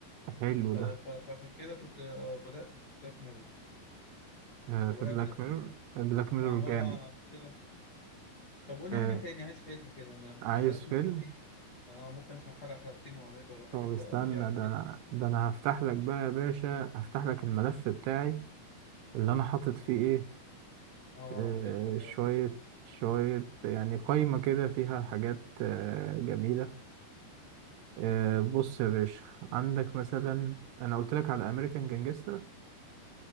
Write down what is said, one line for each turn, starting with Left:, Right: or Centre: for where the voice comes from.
Right: حلو
Left: ف- ف-
Right: ده
Left: فعشان كده كنت آه، بدأت في بلاك ميرور
Right: أه
Left: او
Right: في
Left: هبدأ
Right: بلاك
Left: فيه
Right: ميرور
Left: يعني.
Right: بلاك ميرور
Left: عمال
Right: جامد
Left: اه انا عشان كده طب قول لي
Right: أه
Left: حاجة تاني عايز فيلم كده انا مسلسلات
Right: عايز فيلم
Left: ممكن ايه انا ممكن اسمع حلقة حلقتين واعمل ولا حاجة
Right: طب استنى
Left: فقول لي على فيلم
Right: ده ده انا هفتح لك بقى يا باشا هفتح لك الملف بتاعي اللي انا حاطط فيه ايه
Left: اه
Right: آه،
Left: افتح
Right: شوية
Left: يا باشا افتح
Right: شوية يعني قايمة كده فيها حاجات آه، جميلة آه، بص يا باشا عندك مثلا أنا قلت لك على أمريكان جانجستا